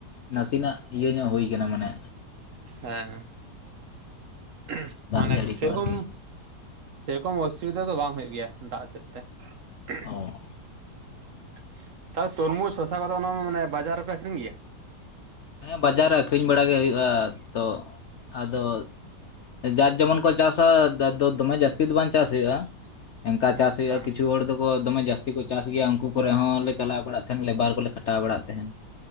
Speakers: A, on the left; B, on the right.
A: ᱱᱟᱹᱥᱤᱱᱟᱜ ᱤᱭᱟᱹ ᱧᱚᱜ ᱦᱩᱭ ᱠᱟᱱᱟ ᱢᱟᱱᱮ
B: ᱮᱸ <unintelligible>
A: ᱫᱟᱜ
B: ᱢᱟᱱᱮᱠ
A: ᱡᱟᱹᱲᱤ
B: ᱥᱮᱨᱚᱠᱚᱢ,
A: ᱠᱚ ᱟᱨᱠᱤ
B: ᱥᱮᱨᱚᱠᱚᱢ ᱚᱥᱩᱵᱤᱫᱷᱟ ᱫᱚ ᱵᱟᱝ ᱦᱩᱭᱩᱜ ᱜᱮᱭᱟ, ᱫᱟᱜ ᱥᱮᱫ᱾ ᱛᱮᱦ <unintelligible>
A: ᱚ
B: ᱛᱟᱦᱚᱞᱮ ᱛᱩᱨᱢᱩᱥ ᱥᱳ ᱛᱟ ᱵᱟᱫᱽ ᱚᱱᱟ ᱢᱟ ᱢᱟᱱᱮ ᱵᱟᱡᱟᱨ ᱨᱮᱯᱮ ᱟᱹᱠᱷᱨᱤᱧ ᱜᱤᱭᱟ?
A: ᱦᱮᱸ ᱵᱟᱡᱟᱨ ᱨᱮ ᱟᱹᱠᱷᱨᱤᱧ ᱵᱟᱲᱟ ᱜᱮ ᱦᱩᱭᱩᱜᱼᱟ, ᱛᱚᱜ ᱟᱫᱚ ᱡᱟᱨ ᱡᱮᱢᱚᱱ ᱠᱚ ᱪᱟᱥᱼᱼ <unintelligible> ᱫᱚᱢᱮ ᱡᱟᱹᱥᱛᱤ ᱫᱚ ᱵᱟᱝ ᱪᱟᱥ ᱦᱩᱭᱩᱜᱼᱟ ᱮᱝᱠᱟ ᱪᱟᱥ
B: ᱟᱪᱪᱷᱟ
A: ᱦᱩᱭᱩᱜᱼᱟ ᱠᱤᱪᱷᱩ ᱦᱚᱲ ᱫᱚᱠᱚ ᱫᱚᱢᱮ ᱡᱟᱥ <unintelligible> ᱠᱚ ᱪᱟᱥ ᱜᱮᱭᱟ ᱩᱱᱠᱩ ᱠᱚ ᱨᱮ ᱦᱚᱸᱞᱮ ᱪᱟᱞᱟᱣ ᱵᱟᱲᱟᱜ ᱛᱟᱦᱮᱸᱱ ᱞᱮᱵᱟᱨ ᱠᱚᱞᱮ ᱠᱷᱟᱴᱟᱣ ᱵᱟᱲᱟᱜ ᱛᱟᱦᱮᱸᱱ